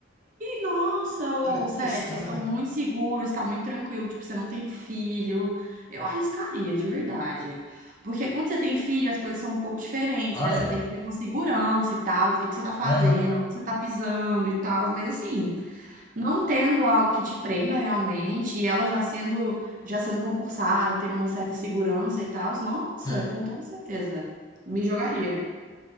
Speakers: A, on the right; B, on the left.
A: Nossa, ô,
B: Ela é concursada.
A: sério, vocês estão muito seguros, tá muito tranquilo, tipo, você não tem filho. Eu arriscaria, de verdade. Porque quando você tem filho, as coisas são um pouco diferentes,
B: Ah,
A: né? Você
B: é?
A: tem que ter uma segurança e tal, do que que você tá fazendo,
B: Aham.
A: onde você tá pisando e tal, mas assim, não tendo algo que te prenda realmente, e ela já sendo, já sendo concursada, tendo uma certa segurança e tal, nossa,
B: É.
A: com toda certeza, me jogaria.